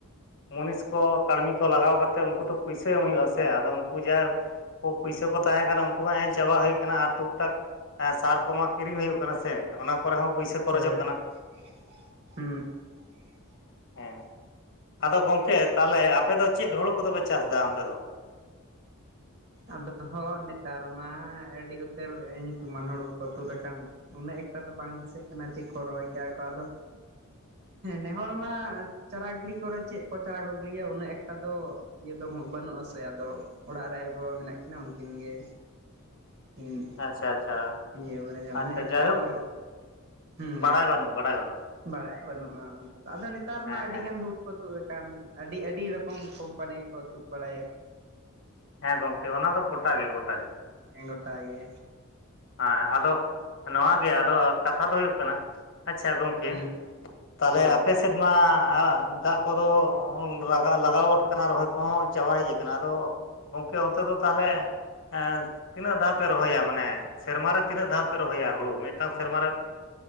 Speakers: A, on the left; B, on the right.
A: ᱢᱩᱱᱤᱥ ᱠᱚ ᱠᱟᱹᱲᱢᱤ ᱠᱚ ᱞᱟᱜᱟᱣ ᱠᱟᱛᱮᱫ ᱩᱱᱠᱩ ᱫᱚ ᱯᱩᱭᱥᱟᱹ ᱮᱢ ᱦᱩᱭᱩᱜᱼᱟ ᱥᱮ ᱟᱫᱚ ᱩᱱᱠᱩ ᱡᱟ ᱯᱩᱭᱥᱟᱹ ᱠᱚ ᱛᱟᱦᱮᱸ ᱠᱟᱱᱟ ᱩᱱᱠᱩ ᱢᱟ ᱮᱡ ᱪᱟᱵᱟ ᱦᱩᱭ ᱠᱟᱱᱟ ᱟᱨ ᱴᱩᱠ ᱴᱟᱠ ᱥᱟᱨ ᱠᱚᱢᱟ ᱠᱤᱨᱤᱧ ᱦᱩᱭᱩᱜ ᱠᱟᱱᱟ ᱥᱮ, ᱚᱱᱟ ᱠᱚᱨᱮ ᱦᱚᱸ ᱯᱩᱭᱥᱟ ᱠᱷᱚᱨᱚᱪᱚᱜ
B: ᱦᱳᱭ
A: ᱠᱟᱱᱟ
B: ᱦᱩᱸ ᱾
A: ᱦᱮᱸ, ᱟᱫᱚ ᱜᱚᱝᱠᱮ ᱛᱟᱦᱚᱞᱮ ᱟᱯᱮ ᱫᱚ ᱪᱮᱫ ᱦᱩᱲᱩ ᱠᱚᱫᱚ ᱯᱮ ᱪᱟᱥ ᱫᱟ ᱚᱱᱛᱮ ᱫᱚ?
B: ᱟᱫᱚ ᱦᱚᱸ ᱱᱮᱛᱟᱨ ᱢᱟ ᱟᱹᱰᱤ ᱩᱛᱟᱹᱨ ᱧᱩᱛᱩᱢᱟᱱ ᱦᱩᱲᱩ ᱠᱚ ᱛᱩᱫ ᱟᱠᱟᱱ ᱾ ᱩᱱᱟᱹᱜ ᱮᱠᱴᱟ ᱫᱚ ᱵᱟᱝ ᱫᱤᱥᱟᱹᱜ ᱠᱟᱱᱟ ᱪᱮᱫ ᱠᱚ ᱨᱚᱦᱚᱭ ᱠᱟᱜ-ᱟ ᱠᱚ ᱟᱫᱚ, ᱱᱮᱦᱚᱲ ᱢᱟ ᱪᱟᱨᱟ ᱜᱤᱲᱤ ᱠᱚᱨᱮ ᱪᱮᱫ ᱠᱚ ᱪᱟᱨᱟ ᱠᱚ ᱜᱤᱲᱤᱭᱟ ᱩᱱᱟᱹᱜ ᱮᱠᱴᱟ ᱫᱚ ᱤᱭᱟᱹ ᱫᱚ ᱵᱟᱹᱱᱩᱜ ᱟᱥᱮ ᱟᱫᱚ ᱚᱲᱟᱜ ᱨᱮ ᱟᱭᱳᱼᱵᱟᱵᱟ ᱢᱮᱱᱟᱜ ᱠᱤᱱᱟᱹ, ᱩᱱᱠᱤᱱ ᱜᱮ ᱦᱮᱸ᱾
A: ᱟᱪᱪᱷᱟ ᱟᱪᱪᱷᱟ᱾
B: ᱤᱭᱟᱹ ᱵᱟᱲᱟᱭᱟ
A: ᱟᱪᱪᱷᱟ
B: ᱩᱱᱟᱹᱜ ᱮᱠᱴᱟ
A: ᱡᱟᱭᱦᱳᱠ
B: ᱫᱚ, ᱦᱮᱸ᱾
A: ᱵᱟᱲᱟᱭ ᱵᱟᱹᱱᱩᱜ ᱵᱟᱲᱟᱭ ᱵᱟᱹᱱᱩᱜ
B: ᱵᱟᱲᱟᱭ ᱵᱟᱹᱱᱩᱜᱼᱟ, ᱟᱫᱚ ᱱᱮᱛᱟᱨ
A: ᱦᱮᱸ
B: ᱢᱟ ᱟᱹᱰᱤ
A: ᱦᱮᱸ
B: ᱜᱟᱱ ᱦᱩ ᱠᱚ ᱛᱩᱫ ᱟᱠᱟᱱ ᱟᱹᱰᱤ ᱟᱹᱰᱤ ᱨᱚᱠᱚᱢ ᱠᱳᱢᱯᱟᱱᱤ ᱜᱮᱠᱚ ᱛᱩᱫ ᱵᱟᱲᱟᱭᱮᱫ᱾
A: ᱦᱮᱸ ᱜᱚᱝᱠᱮ ᱚᱱᱟ ᱫᱚ ᱜᱚᱴᱟ ᱜᱮ ᱜᱚᱴᱟ ᱜᱮ᱾
B: ᱮᱸ ᱜᱚᱴ ᱜᱮ᱾
A: ᱦᱮᱸ ᱟᱫᱚ ᱱᱚᱣᱟ ᱜᱮ ᱟᱫᱚ ᱠᱟᱛᱷᱟ ᱫᱚ ᱦᱩᱭᱩᱜ ᱠᱟᱱᱟ ᱟᱪᱪᱷᱟ ᱜᱚᱝ ᱠᱮ
B: ᱦᱩᱸ
A: ᱛᱟᱦᱚᱞᱮ
B: ᱦᱳᱭ
A: ᱟᱯᱮ ᱥᱮ ᱥᱮᱫᱢᱟ ᱟᱻ ᱫᱟᱜ ᱠᱚᱫᱚ ᱞᱟᱜᱟ ᱞᱟᱜᱟᱣ ᱜᱚᱫ ᱠᱟᱱᱟ ᱨᱚᱦᱚᱭ ᱠᱚ ᱦᱚᱸ ᱪᱟᱵᱟ ᱦᱮᱡ ᱟᱠᱟᱱᱟ ᱟᱫᱚ ᱜᱚᱝᱠᱮ ᱚᱱᱛᱮ ᱫᱚ ᱛᱟᱦᱚᱞᱮ ᱮᱸ ᱛᱤᱱᱟᱹᱜ ᱫᱷᱟᱣ ᱯᱮ ᱨᱚᱦᱚᱭᱟ ᱢᱟᱱᱮ ᱥᱮᱨᱢᱟ ᱨᱮ ᱛᱤᱱᱟᱹᱜ ᱫᱷᱟᱣ ᱯᱮ ᱨᱚᱦᱚᱭᱟ ᱦᱩᱲᱩ, ᱢᱤᱫᱴᱟᱝ ᱥᱮᱨᱢᱟᱨ ᱨᱮ?